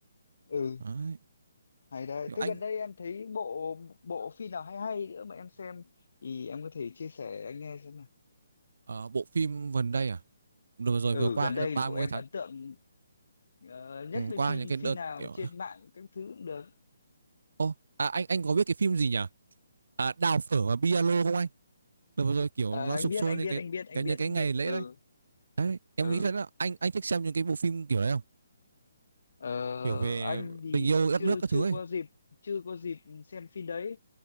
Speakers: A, on the left (about 65°); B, on the right (about 70°).
A: ừ
B: Đấy.
A: hay đấy thế
B: anh
A: gần đây em thấy bộ bộ phim nào hay hay nữa mà em xem thì em có thể chia sẻ anh nghe xem nào
B: ở bộ phim gần đây à rồi rồi
A: ừ
B: vừa qua
A: gần
B: cái
A: đây
B: đợt ba
A: bộ
B: mươi
A: em
B: tháng
A: ấn tượng ờ, nhất
B: ừ,
A: với
B: qua
A: phim
B: những cái
A: phim
B: đợt
A: nào
B: kiểu
A: trên mạng các thứ cũng được
B: ô à, anh anh có biết cái phim gì nhỉ à, đào phở và piano không anh rồi rồi kiểu
A: Ờ,
B: nó
A: anh
B: sục
A: biết
B: sôi
A: anh
B: lên
A: biết
B: cái
A: anh biết anh
B: cái những
A: biết
B: cái
A: anh
B: ngày
A: biết
B: lễ
A: ừ
B: đấy đấy em
A: ừ
B: nghĩ thế là anh anh thích xem những cái bộ phim kiểu đấy không
A: ờ,
B: kiểu về
A: anh thì
B: tình yêu đất
A: chưa
B: nước các
A: chưa
B: thứ ấy
A: có dịp chưa có dịp xem phim đấy